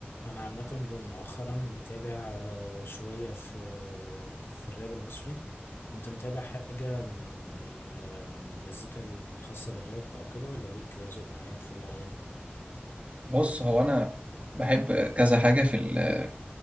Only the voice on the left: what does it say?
انا عامه مؤخرا متابع آه، شويه في في الراب المصري انت متابع حاجه من ال- من المزيكا الخاصه بالراب او كده ولا ليك ذوق معين في الاغاني